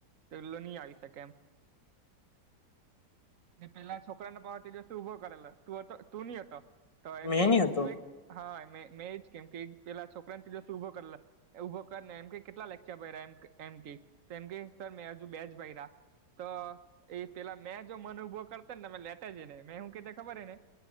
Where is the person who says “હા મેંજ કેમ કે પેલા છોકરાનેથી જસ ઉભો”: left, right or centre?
Right